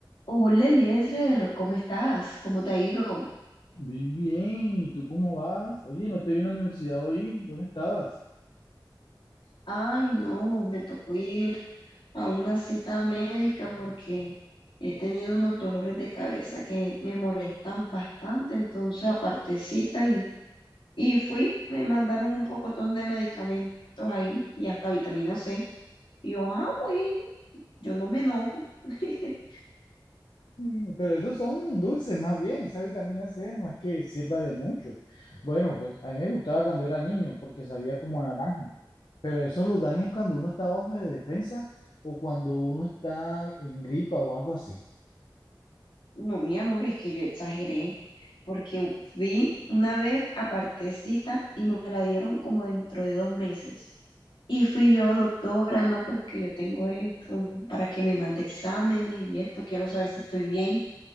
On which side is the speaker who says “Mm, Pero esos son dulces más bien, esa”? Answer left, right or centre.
Left